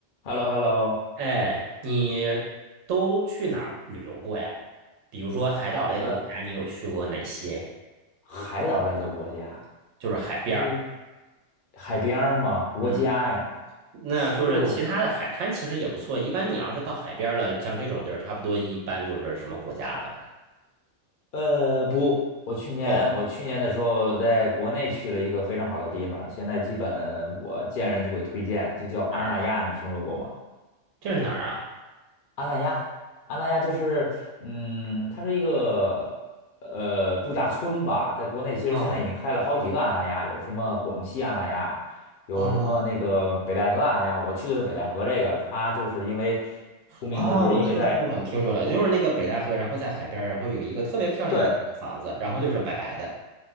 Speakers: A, on the left; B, on the right.
A: h e l l o h e l l o
B: 哎，你都去哪儿旅游过呀？比如说海岛类的国家，
A: 呃，
B: 你有去过哪些？
A: 海岛类的国家，
B: 就是海边儿，
A: 哎，海边儿嘛，国家呀，
B: 嗯，那就是其他的海滩其实也不错。
A: 哎呦，
B: 一般你要是到海边儿了，像这种地儿，差不多一般就是什么国家了吧？
A: 呃，不，我去年我去年的时候在国内去了一个非常好的地方，
B: 哦，
A: 现在基本我见人就会推荐，就叫阿那亚，
B: 哪儿啊？
A: 你听说过吗？
B: 这是哪儿啊？
A: 阿那亚，阿那亚就是，嗯，它是一个呃度假村吧，在国内其实现在已经开了好几个阿那亚，
B: 哦
A: 有什么广西阿那亚，有什么那个北戴河阿那亚，
B: 哦
A: 我去的是北戴河这个，它就是因为出名的，
B: 哦，
A: 就是因为在
B: 我听说了，听说了，就是那个北戴河，然后在海边儿，然后有一个特别漂亮的一个房子，
A: 对，
B: 然后就是白白的。